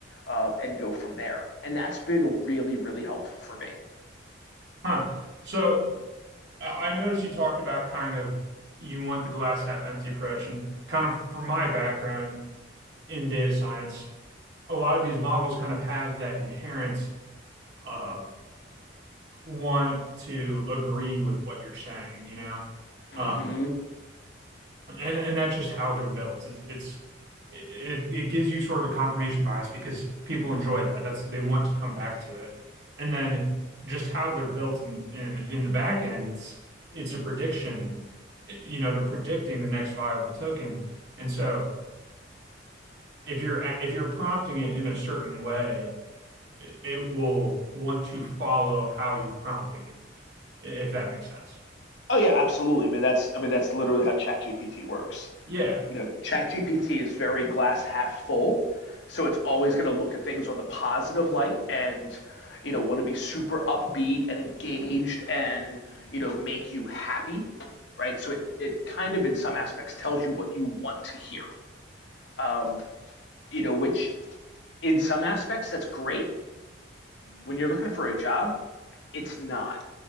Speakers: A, on the left (about 65°); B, on the right (about 60°).
A: uh, and go from there. And that's been really, really helpful for me.
B: Huh. So I I noticed you talked about kind of you want the glass half empty approach, and kind of from my background in data science, a lot of these models kind of have that inherent uh, want to agree with what you're saying, you know?
A: hmm
B: Um, And and that's just how they're built. It's it's it it gives you sort of a confirmation bias because people enjoy that. That's they want to come back to it. And then just how they're built in in, in the back end, it's it's a prediction. You know, they're predicting the next viable token. And so if you're a- if you're prompting it in a certain way, it, it will want to follow how you're prompting it, if that makes sense.
A: Oh yeah, absolutely. I mean that's I mean that's literally how ChatGPT works.
B: Yeah.
A: you know, ChatGPT is very glass half full, so it's always going to look at things on the positive light and, you know, want to be super upbeat and engaged and, you know, make you happy, right? So it, it kind of, in some aspects, tells you what you want to hear, um, you know, which in some aspects, that's great. When you're looking for a job, it's not